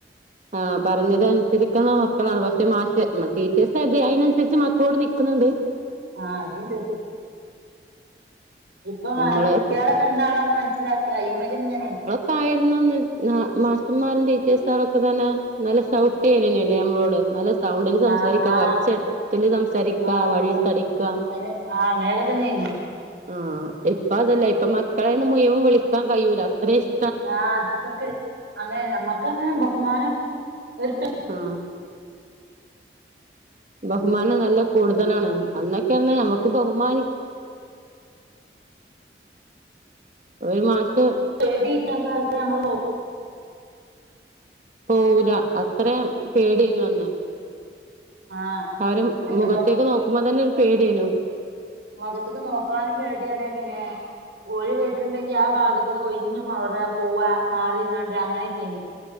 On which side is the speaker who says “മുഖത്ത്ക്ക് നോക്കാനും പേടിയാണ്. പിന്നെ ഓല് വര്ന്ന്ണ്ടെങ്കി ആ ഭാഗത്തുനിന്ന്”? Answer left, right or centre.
Right